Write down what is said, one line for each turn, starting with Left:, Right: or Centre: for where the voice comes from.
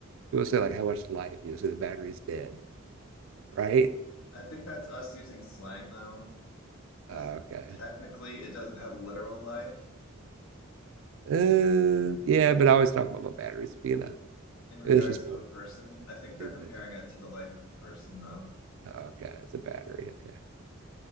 Right: people say like how much life, you know, say the battery's dead, right?
Left: I think that's us using slang though, because
Right: Uh, okay.
Left: technically it doesn't have literal life
Right: Uh, yeah, but I always talk about my batteries being a.
Left: in regards
Right: It's just
Left: to a person. I think they're
Right: maybe
Left: comparing
Right: that's
Left: it to the life of a person though.
Right: Okay, it's a battery. Okay.